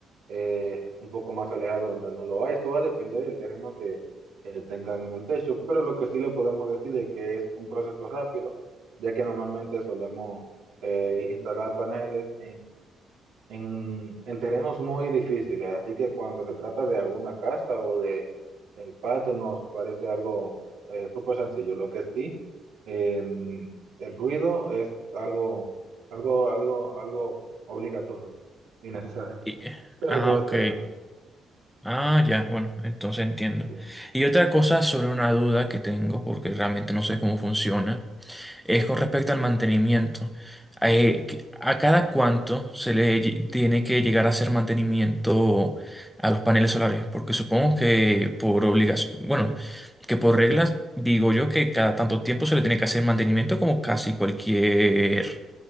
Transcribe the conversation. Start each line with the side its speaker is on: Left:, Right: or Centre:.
Right: eh, un poco más alejado donde no lo hay. Eso va a depender del terreno que eh, tengan en el techo, pero lo que sí le podemos decir es que es un proceso rápido, ya que normalmente solemos eh, instalar paneles en en, en terrenos muy difíciles, así que cuando se trata de alguna casa o de el patio nos parece algo eh, súper sencillo. Lo que sí, em, el ruido es algo, algo, algo, algo obligatorio y necesario,
Centre: Y- eh,
Right: pero
Centre: ah,
Right: todo
Centre: ok.
Right: estará
Centre: Ah, ya, bueno, entonces entiendo.
Right: bien. Sí,
Centre: Y otra cosa sobre una duda que tengo, porque realmente no sé cómo funciona. Es con respecto al mantenimiento. Eh, que- ¿A cada cuánto se le lle- tiene que llegar a hacer mantenimiento a los paneles solares? Porque supongo que por obligación, bueno, que por reglas digo yo que cada tanto tiempo se le tiene que hacer mantenimiento como casi cualquier